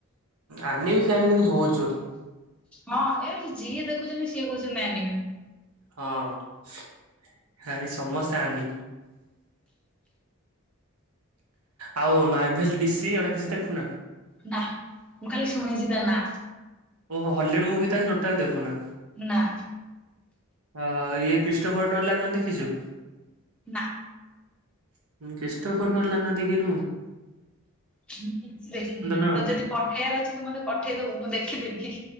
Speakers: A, on the right; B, in the centre.
A: ଅନ୍ୟ ବି ଫାନ୍ କିନ୍ତୁ କହୁଚୁ
B: ହଁ ଏଠି ଯିଏ ଦେଖୁଛନ୍ତି ସିଏ କହୁଛନ୍ତି ନାଇ ନ
A: ହଁ ଏଇ ସମସ୍ତେ ଆନି ଆଉ ମାର୍ଭେଲ ଡିସିି ଏଗୁଡା କିଛି ଦେଖୁନା?
B: ନା ମୁଁ ଖାଲି ଶୁଣିଛିଦ ନା
A: ଓ ହଲେଣ୍ଡ ମୁଭି ତାଲେ ଟୋଟାଲ୍ ଦେଖୁ ନା?
B: ନାଁ।
A: ହଁ ଇଏ ଖ୍ରୀଷ୍ଟୋଫୋର୍ ନଲ ନ ଦେଖିଛୁ।
B: ନା
A: ଚଷ୍ଟ ଫୋଟିଲ ନା ଦେଖିରୁୁ
B: ମୁଁ କିଛି ଦେଖିନି
A: ନା ଆଉ।
B: ତ ଯଦି ପଠେଇବାର ଅଛି ତୁ ମତେ ପଠେଇଦବୁ ମୁଁ ଦେଖିଦେବି